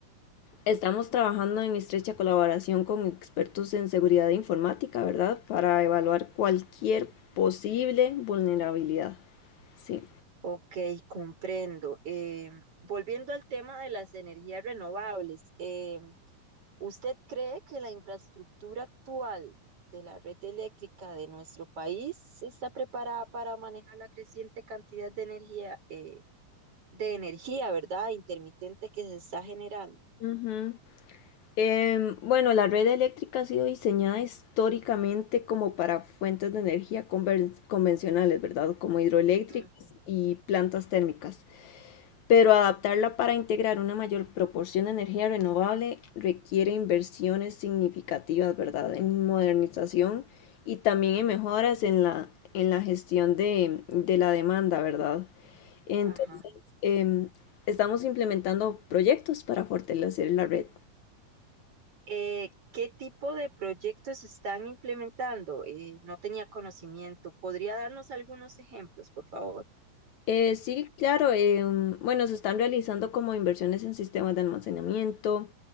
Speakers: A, on the left; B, on the right.
A: Estamos trabajando en estrecha colaboración con expertos en seguridad informática, ¿verdad? Para evaluar cualquier posible vulnerabilidad. Sí.
B: Ok, comprendo. Eh, volviendo al tema de las energías renovables, em, ¿Usted cree que la infraestructura actual de la red eléctrica de nuestro país está preparada para manejar la creciente cantidad de energía, eh, de energía, ¿verdad? Intermitente que se está generando.
A: Ujú. Em, bueno, la red eléctrica ha sido diseñada históricamente como para fuentes de energía conver- convencionales, ¿verdad? Como hidroeléctricas
B: Ujú,
A: y plantas térmicas. Pero adaptarla para integrar una mayor proporción de energía renovable requiere inversiones significativas, ¿verdad? En modernización y también en mejoras en la, en la gestión de, de la demanda, ¿verdad? Entonces,
B: Ajá.
A: em, estamos implementando proyectos para fortalecer la red.
B: Eh, ¿qué tipo de proyectos se están implementando? Eh, no tenía conocimiento. ¿Podría darnos algunos ejemplos, por favor?
A: Eh, sí, claro. em, bueno, se están realizando como inversiones en sistemas de almacenamiento,